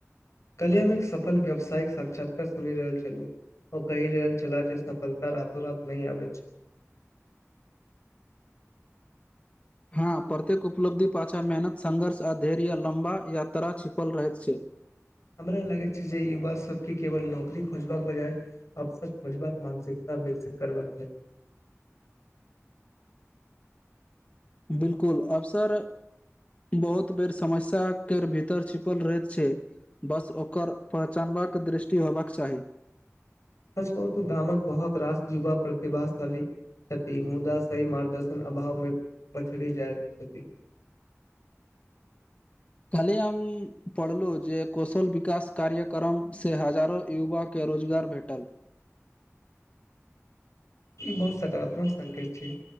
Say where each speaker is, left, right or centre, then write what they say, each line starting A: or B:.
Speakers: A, on the left; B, on the left.
A: कल्याणक सफल व्यावसायिक साक्षात्कार सुनि रहल छलहु। ओ कहि रहल छला, जे सफलता रातो- रात नहि आबै छै।
B: हँ प्रत्येक उपलब्धि पाछा मेहनत संघर्ष आ धैर्या लम्बा यात्रा छिपल रहैत छै।
A: हमरा लगै छै जे, युवा सबके केवल नौकरी खोजबाक बजाय अवसर खोजबाक मानसिकता विकसित करबाक चाही।
B: बिल्कुल अवसर बहुत बेर समस्या के भीतर छिपल रहैत छै। बस ओकर पहचानबाक दृष्टि होयबाक चाही।
A: सच कहु तऽ गामक बहुत रास युवा प्रतिभाशाली छथि। मुदा सही मार्गदर्शन अभाव मे पछड़ी जायत छथि।
B: खाली हम पढ़लहु जे कौशल विकास कार्यक्रम से हजारो युवक के रोजगार भेटल।
A: ई बहुत सकारात्मक संकेत छै,